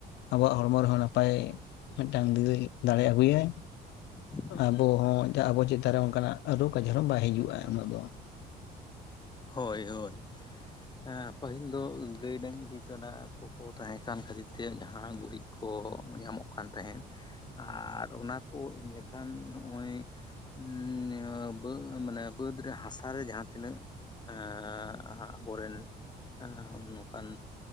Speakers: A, on the left; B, on the left.
A: ᱟᱵᱚᱣᱟᱜ ᱦᱚᱲᱢᱚ ᱨᱮᱦᱚᱸ ᱱᱟᱯᱟᱭ ᱢᱤᱫᱴᱟᱝ ᱫᱤᱞ ᱫᱟᱲᱮ ᱟᱹᱜᱩᱭᱟᱭ
B: <unintelligible>
A: ᱟᱵᱚ ᱦᱚᱸ ᱟᱵᱚ ᱪᱮᱛᱟᱱ ᱨᱮ ᱚᱱᱠᱟᱱᱟᱜ ᱨᱚᱜᱽ ᱟᱡᱟᱨ ᱦᱚᱸ ᱵᱟᱭ ᱦᱤᱡᱩᱜᱼᱟ ᱩᱱᱟᱹᱜ ᱫᱚ
B: ᱦᱚᱭ ᱦᱚᱭ ᱦᱮᱸ ᱯᱟᱹᱦᱤᱞ ᱫᱚ ᱜᱟᱹᱭ ᱰᱟᱹᱝᱨᱤ ᱠᱟᱰᱟ ᱠᱚ ᱠᱚ ᱛᱟᱦᱮᱸ ᱠᱟᱱ ᱠᱷᱟᱹᱛᱤᱨ ᱛᱮ ᱡᱟᱦᱟᱸ ᱜᱩᱨᱤᱡᱽ ᱠᱚ ᱧᱟᱢᱚᱜ ᱠᱟᱱ ᱛᱟᱦᱮᱸᱫ ᱟᱨ ᱚᱱᱟ ᱠᱚ ᱮᱢ ᱞᱮᱠᱷᱟᱱ ᱱᱚᱜᱼᱚᱭ, <unintelligible> ᱵᱟᱹ ᱢᱟᱱᱮ ᱵᱟᱹᱫᱽ ᱨᱮ ᱦᱟᱥᱟᱨᱮ ᱡᱟᱦᱟᱸ ᱛᱤᱱᱟᱹᱜ ᱮᱸ ᱱᱟᱦᱟᱜ ᱟᱵᱚᱨᱮᱱ, ᱮ ᱱᱚᱝᱠᱟᱱ